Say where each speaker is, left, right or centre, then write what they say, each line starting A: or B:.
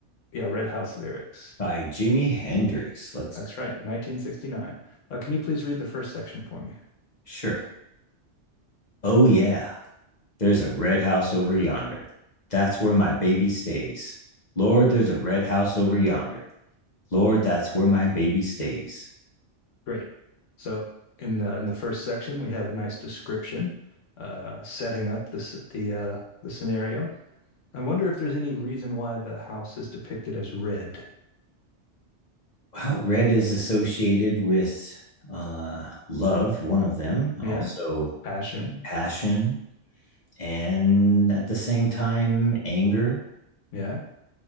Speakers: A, on the left; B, on the left.
A: yeah, Red House lyrics.
B: By Jimi Hendrix. Let's
A: That's right, 1969. Uh, can you please read the first section for me?
B: sure. Oh yeah. There's a red house over yonder. That's where my baby stays. Lord, there's a red house over yonder. Lord, that's where my baby stays.
A: Great. So in the in the first section, we have a nice description, uh, setting up the the uh, the scenario. I wonder if there's any reason why the house is depicted as red.
B: Well, red is associated with uh love, one of them, also
A: Yeah, passion.
B: passion, and at the same time anger
A: Yeah,